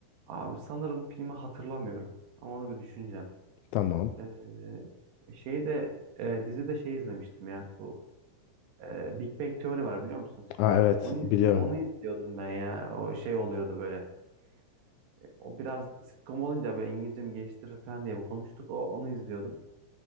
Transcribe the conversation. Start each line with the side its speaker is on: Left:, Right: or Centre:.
Right: Abi sanırım filmi hatırlamıyorum. Ama onu bir düşüneceğim.
Left: Tamam.
Right: Ee, şey de e, dizi de şey izlemiştim ya. Bu e, Big Bang Theory var biliyor musun sitcom?
Left: Aa, evet
Right: Onu iz-
Left: biliyorum.
Right: onu izliyordum ben ya. O şey oluyordu böyle. E, O biraz sitcom olunca böyle İngilizcemi geliştirir falan diye bir konuştuk. O onu izliyordum.